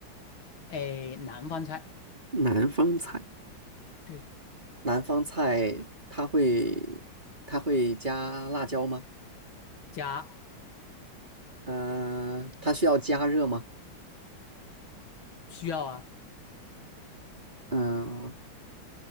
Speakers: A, on the left; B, on the right.
A: 哎，南方菜，
B: 南方菜，
A: 对，
B: 南方菜它会它会加辣椒吗？
A: 加
B: 嗯、呃它需要加热吗？
A: 需要啊，
B: 嗯、